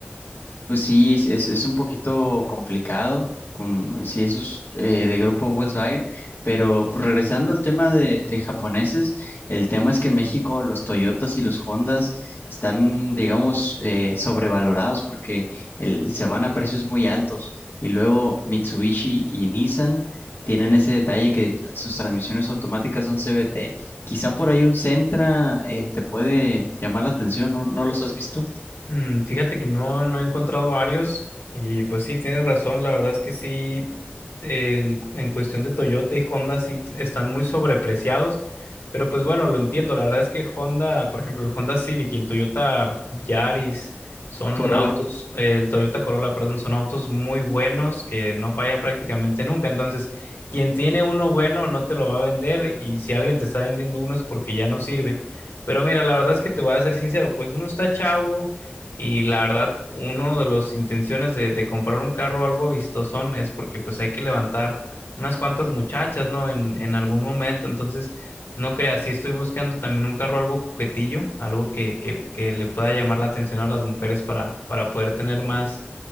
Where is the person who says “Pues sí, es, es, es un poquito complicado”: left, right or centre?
Left